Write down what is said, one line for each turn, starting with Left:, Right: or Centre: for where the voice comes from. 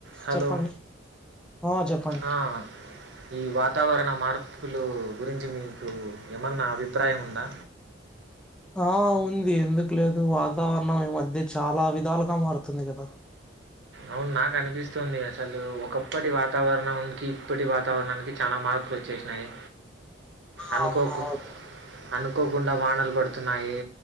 Right: Hello
Centre: చెప్పండి ఆ చెప్పండి
Right: ఆ ఈ వాతావరణ మార్పులు గురించి మీకు ఏమన్నా అభిప్రాయం ఉందా
Centre: ఆ ఉంది ఎందుకు లేదు వాతావరణం ఈ మధ్య చాలా విధాలుగా మారుతుంది కదా
Right: అవును నాకు అనిపిస్తుంది అసలు ఒకప్పటి వాతావరణానికి ఇప్పటి వాతావరణానికి చాలా మార్పు వచ్చేసినాయి అనుకోకున్
Centre: అవునవును
Right: అనుకోకుండా వానలు పడుతున్నాయి